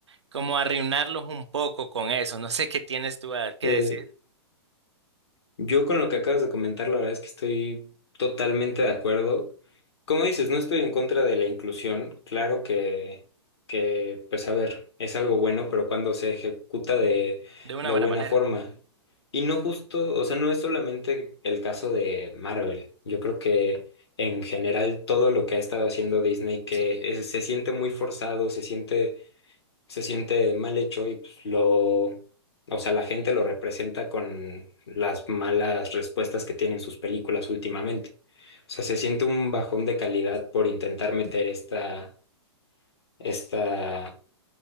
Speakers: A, on the right; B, on the left.
A: como arruinarlos un poco con eso. No sé qué tienes tú a- que
B: Eh,
A: decir
B: Yo con lo que acabas de comentar, la verdad es que estoy totalmente de acuerdo. Como dices, no estoy en contra de la inclusión. Claro que, que pues a ver, es algo bueno, pero cuando se ejecuta de,
A: de una
B: de
A: buena
B: buena
A: manera.
B: forma. Y no justo, o sea, no es solamente el caso de Marvel. Yo creo que en general todo lo que ha estado haciendo Disney, que
A: Sí,
B: es- se siente muy forzado, se siente se siente mal hecho y pues, lo, o sea, la gente lo representa con las malas respuestas que tienen sus películas últimamente. O sea, se siente un bajón de calidad por intentar meter esta, esta,